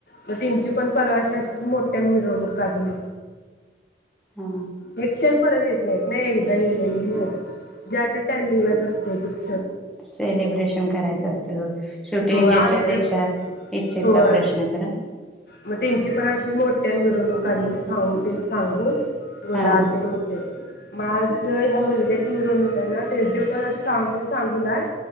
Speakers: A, on the left; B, in the centre.
A: मग त्येंची पण परवाश अशीच मोठ्यान मिरवणूक काढलीय
B: हा
A: हे क्षण परत येत नाही <unintelligible> <unintelligible> ज्या त्या टायमिंगला असतोय <unintelligible>
B: सेलीब्रेशन करायच असतय वो शेवटी
A: होय
B: ज्याच्या
A: आमच्या
B: त्याच्या इच्छेचा
A: होय
B: प्रश्न कारण
A: मग त्यांची पण अशीच मोठ्यान मिरवणूक काढलेले सांग ते सांगून गुलाल
B: हा
A: तेन होते माझ ह्या मुलग्याची मिरवणूक आहे ना ते जे पण सांगते सांगून आहे